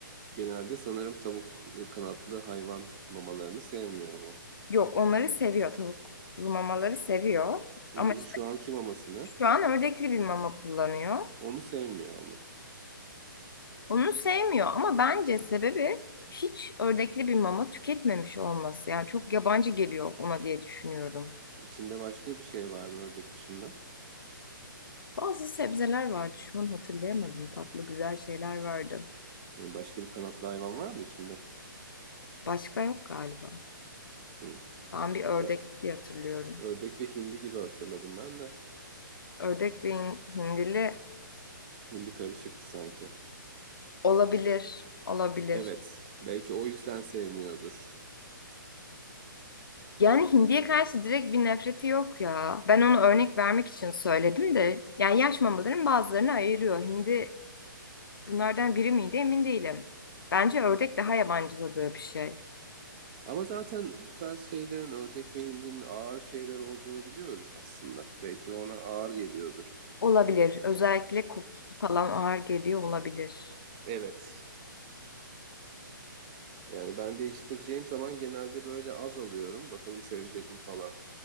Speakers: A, on the right; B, on the left.
A: Genelde sanırım tavuk ve kanatlı hayvan mamalarını sevmiyor
B: Yok onları seviyor tavuklu mamaları seviyor. Ama
A: Hı hı. Şu anki mamasını.
B: Şu an ördekli bir mama kullanıyor.
A: Onu sevmiyor ama.
B: Onu sevmiyor ama bence sebebi hiç ördekli bir mama tüketmemiş olması. Yani çok yabancı geliyor ona diye düşünüyorum.
A: İçinde başka bir şey var mı ördek dışında?
B: Bazı sebzeler vardı. Şu an hatırlayamadım. Tatlı güzel şeyler vardı.
A: Yani başka bir kanatlı hayvan var mı içinde?
B: Başka yok galiba.
A: Hı.
B: Ben bir ördek
A: Ya,
B: diye hatırlıyorum.
A: ördek ve hindi gibi hatırladım ben de.
B: Ördek ve hin- hindili
A: Hindi karışıktı sanki.
B: olabilir. Olabilir.
A: Evet. Belki o yüzden sevmiyordur.
B: Yani hindiye karşı direkt bir nefreti yok ya. Ben onu örnek vermek için söyledim de. Yani yaş mamaların bazılarını ayırıyor. Hindi Bunlardan biri miydi emin değilim. Bence ördek daha yabancıladığı bir şey.
A: Ama zaten bu tarz şeylerin ördek ve hindinin ağır şeyler olduğunu biliyoruz aslında. Belki ona ağır geliyordur.
B: Olabilir. Özellikle kokusu falan ağır geliyor olabilir.
A: Evet. Yani ben değiştireceğim zaman genelde böyle az alıyorum. Bakalım sevecek mi falan.